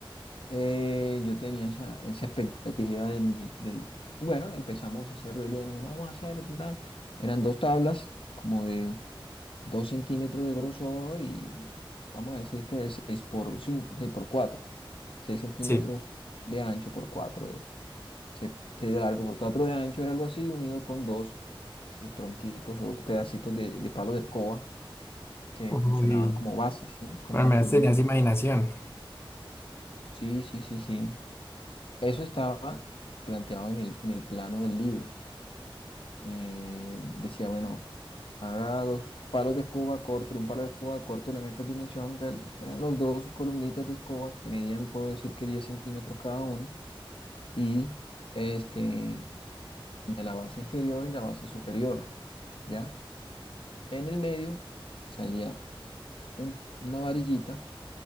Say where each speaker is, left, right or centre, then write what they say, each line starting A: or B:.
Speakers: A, on the left; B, on the left.
A: Eh, yo tenía esa, esa expectativa del, mi- del... Bueno, empezamos a hacerlo y le digo, vamos a hacer... ta, ta". Eran dos tablas como de dos centímetros de grosor y vamos a decir que de 6 por 5 6 por 4 6 centímetros
B: sí.
A: de ancho por 4 de, 6 de largo por 4 de ancho, era algo así, unido con dos eh, tronquitos o pedacitos de, de palo de escoba que
B: Uy,
A: funcionaban como bases, ¿sí? Como
B: al
A: unas
B: menos
A: columnitas,
B: tenías imaginación.
A: ¿sí? Sí, sí, sí, sí. Eso estaba planteado en el, en el plano del libro. Eh, decía, bueno, haga dos palos de escoba, córtelo, un palo de escoba, córtelo en esta dimensión. del- eran los dos columnitas de escoba que medían, puedo decir que 10 centímetros cada uno, y este, y la base inferior y la base superior, ¿ya? En el medio salía un- una varillita